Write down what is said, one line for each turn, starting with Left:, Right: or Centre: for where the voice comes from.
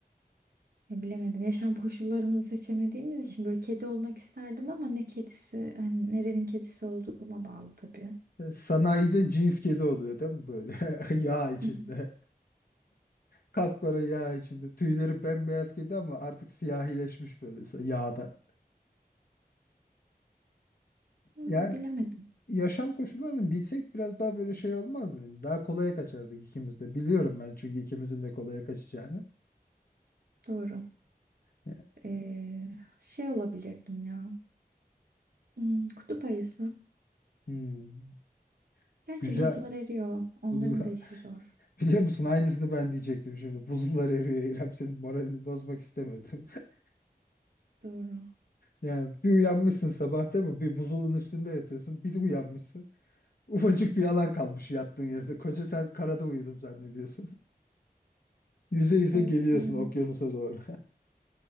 Right: Ya bilemedim. Yaşam koşullarımızı seçemediğimiz için böyle kedi olmak isterdim ama ne kedisi, hani nerenin kedisi olduğuma bağlı tabii.
Left: <laughs> Sanayide cins kedi oluyor değil mi böyle? <laughs> Yağ içinde.
Right: Hı hı.
Left: Kapkara yağ içinde. Tüyleri bembeyaz kedi ama artık siyahileşmiş böyle sa- yağda.
Right: Hmm,
Left: Yani
Right: bilemedim.
Left: yaşam koşullarını bilsek biraz daha böyle şey olmaz mı? Daha kolaya kaçardık ikimiz de. Biliyorum ben çünkü ikimizin de kolaya kaçacağını.
Right: Doğru.
Left: E,
Right: Ee, şey olabilirdim ya. Hmm, kutup ayısı.
Left: Hmm,
Right: Gerçi
Left: güzel.
Right: buzlar eriyor. Onların
Left: <laughs>
Right: da işi zor.
Left: Biliyor musun aynısını ben diyecektim şimdi. Buzullar eriyor İrem senin moralini bozmak istemedim. <laughs>
Right: Doğru.
Left: Yani bir uyanmışsın sabah değil mi? Bir buzulun üstünde yatıyorsun. Bir uyanmışsın. Ufacık bir alan kalmış yattığın yerde. Koca sen karada uyudum zannediyorsun. <laughs> Yüze yüze
Right: Evet
Left: geliyorsun
Right: yani.
Left: okyanusa doğru.